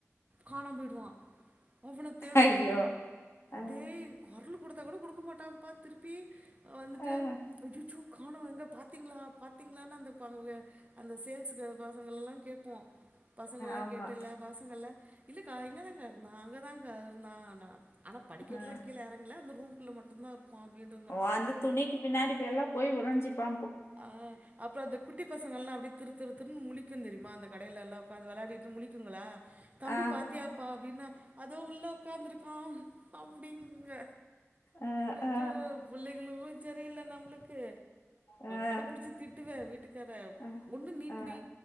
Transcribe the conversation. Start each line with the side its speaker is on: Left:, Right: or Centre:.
Right: காணாம் போயிடுவா அவன தேடுவோ
Left: ஐயோ ஆஹ்,
Right: டே கொரலு குடுத்தா கூட குடுக்க மாட்டான்ப்பா திருப் பி அ வந்துட்டு
Left: ஆஹ்.
Right: அச்சுச்சோ காணோ எங்க பாத்தீங்ளா பாத்தீங்ளானு அந்த பங் எ அந்த சேல்ஸு கேள், பசங்கெல்லா கேப்போ பசங்கல்லா
Left: ஆமா
Right: கேட்டு இல்ல பசங்கள்ல இல்லக்கா இங்கதாங்க்கா இருந்தா அங்கதாங்க்கா இருந்தானா ஆனா படிக்கட்லா
Left: ஆஹ்.
Right: கீழ எறங்கல அந்த ரூம்க்குள்ள மட்டுந்தா இருப்பா அப்டின்
Left: ஓ அந்த துணிக்கி பின்னாடி போ எல்லா போய் ஒளிஞ்சிப்பா
Right: ஆ அப்றோ அந்த குட்டி பசங்கல்லா அப்டே திரு திரு திருன் முழிக்கு தெரிய்மா அந்த கடைலல்லா ஒக்காந்து வெளாடிட்டு முழிக்குங்களா தம்பி
Left: ஆ
Right: பாத்தியாப்பா அப்டின்னா அதோ உள்ள ஒக்காந்துருக்கா அப்டிங்குங்க
Left: ஆ
Right: அச்சோ
Left: ஆ
Right: புள்ளைகளு செரியில்ல நம்ளுக்கு
Left: ஆ
Right: அதா புடிச்சி திட்டுவே வீட்டுக்கார
Left: ஆ
Right: ஒன்னு நீ
Left: ஆ
Right: புடி